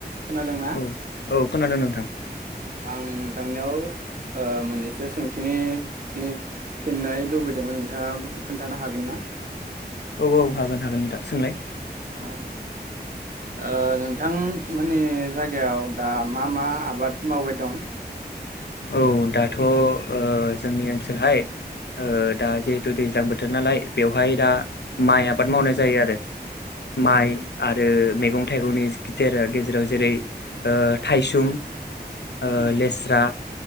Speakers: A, on the right; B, on the left.
A: खोनादों ना
B: औ औ खोनादों नोंथां
A: आं नोंथांनियाव ओ मोननैसो सोंथिनि सि फिननाय लुबैदोंमोन नोंथाङा खोन्थानो हागोन ना
B: औ औ हागोन हागोन नोंथां सोंलाय
A: औ ओ नोंथां माने जायगायाव दा मा मा आबाद मावबाय दं
B: औ दाथ ओ जोंनि ओनसोलहाय दा जिहेथु दैज्लां बोथोर नालाय बेवहाय दा माइ आबाद मावनाय जायो आरो माइ
A: उम
B: आरो मैगं मैगं थाइगंनि गे गेजेराव जेरै थाइसुम ओ
A: उम
B: लेस्रा